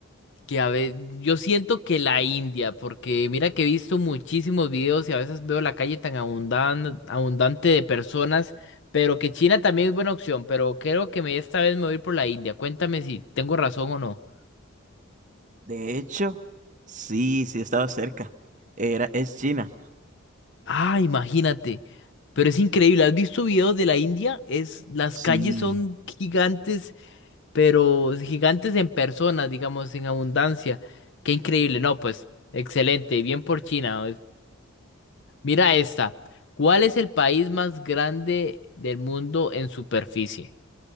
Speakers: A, on the left; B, on the right.
A: que a veces yo siento que la India, porque mira que he visto muchísimos videos y a veces veo la calle tan abundan- abundante de personas, pero que China también es buena opción, pero creo que me esta vez me voy a ir por la India. Cuéntame si tengo razón o no.
B: De hecho, sí, sí estaba cerca. Era, es China.
A: Ah, imagínate. Pero es increíble, ¿has visto videos de la India? Es, las calles
B: Sí.
A: son gigantes, pero gigantes en personas, digamos, en abundancia. Qué increíble, no, pues excelente, bien por China. Mira esta. ¿Cuál es el país más grande del mundo en superficie?